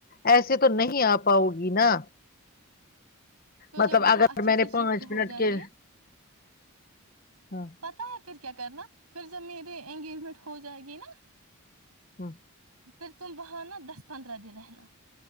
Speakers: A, on the left; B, on the right.
A: ایسے تو نہیں آ پاؤ گی نا
B: تو
A: مطلب
B: جب وہاں
A: اگر
B: اچھے
A: میں نے
B: سے شفٹ
A: پانچ
B: ہو
A: منٹ
B: جائیں
A: کے
B: گے
A: ہاں
B: پتا ہے پھر کیا کرنا پھر جب میرے انگیجمنٹ ہو جائے گی نا
A: ہاں
B: پھر تم وہاں نا دس پندرہ دن رہنا